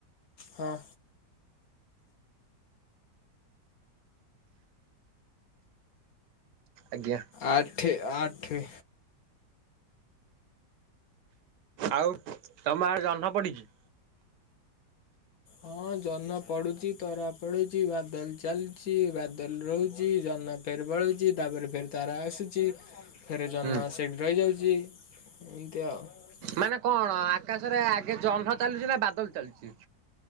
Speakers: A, on the left; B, on the right.
A: ହଁ।
B: ଆଜ୍ଞା।
A: ଆଠେ ଆଠେ।
B: ଆଉ ତମ ଆଡେ ଜହ୍ନ ପଡିଛି?
A: ହଁ ଜହ୍ନ ପଡୁଛି, ତରା ପଡୁଛି, ବାଦଲ ଚାଲୁଚି, ବାଦଲ ରହୁଛି, ଜହ୍ନ ଫେର ବଢ଼ୁଛି ତାପରେ ଫେର ତାରା ଆସୁଛି। ଫେର ଜହ୍ନ
B: ହୁଁ।
A: ସେଇଠି ରହିଯାଉଛି ଏମିତି ଆଉ।
B: ମାନେ କଣ ଆକାଶରେ ଆଗେ ଜହ୍ନ ଚାଲିୁଛି ନା ବାଦଲ ଚାଲିଛି?